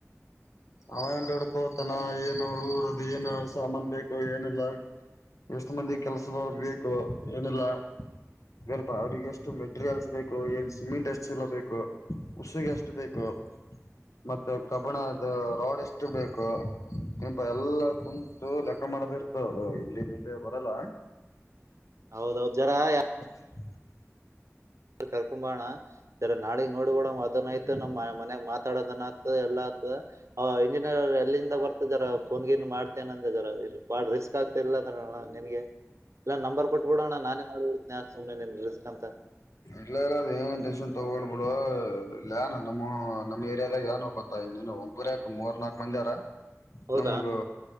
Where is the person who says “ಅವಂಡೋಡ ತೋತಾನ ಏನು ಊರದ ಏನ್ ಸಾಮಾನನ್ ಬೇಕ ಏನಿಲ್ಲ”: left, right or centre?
Left